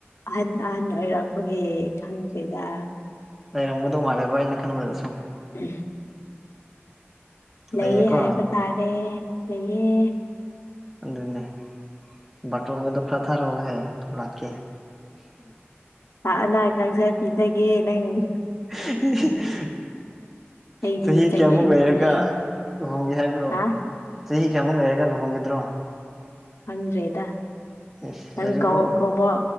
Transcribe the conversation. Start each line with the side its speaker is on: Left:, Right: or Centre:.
Left: ꯑꯍꯟ ꯑꯍꯟ ꯑꯣꯏꯔꯛꯄꯒꯤ ꯈꯪꯗ꯭ꯦꯗ
Centre: ꯂꯩꯔꯝꯒꯗꯧ ꯃꯥꯜꯂꯦꯕ ꯑꯩꯅ ꯈꯟꯕꯗ ꯁꯨꯝ
Left: ꯎꯝ ꯂꯩꯌꯦ
Centre: ꯂꯩꯌꯦꯀꯣ
Left: ꯍꯥꯏꯕ ꯇꯥꯔꯦ ꯂꯩꯌꯦ
Centre: ꯑꯗꯨꯅꯦ ꯕꯥꯇꯣꯜꯒꯗ ꯈꯔꯥ ꯊꯥꯔꯣꯍꯦ ꯂꯥꯛꯀꯦ
Left: ꯑꯅꯥ ꯀꯁꯥꯏ ꯄꯤꯖꯒꯦ ꯅꯪ
Centre: <inaudible>
Left: ꯑꯩꯗꯤ
Centre: ꯆꯍꯤ ꯀꯌꯥꯃꯨꯛ
Left: ꯑꯅꯤ
Centre: ꯂꯩꯔꯒ
Left: ꯍꯦꯟ
Centre: ꯂꯨꯍꯣꯡꯒꯦ ꯍꯥꯏꯕ꯭ꯔꯣ
Left: ꯍꯥ
Centre: ꯆꯍꯤ ꯀꯌꯥꯃꯨꯛ ꯂꯩꯔꯒ ꯂꯨꯍꯣꯡꯒꯗ꯭ꯔꯣ
Left: ꯈꯪꯗ꯭ꯔꯦꯗ
Centre: ꯏꯁ
Left: ꯅꯪ
Centre: ꯍꯧꯖꯤꯛꯐꯥꯎ
Left: ꯀ ꯀꯧꯕ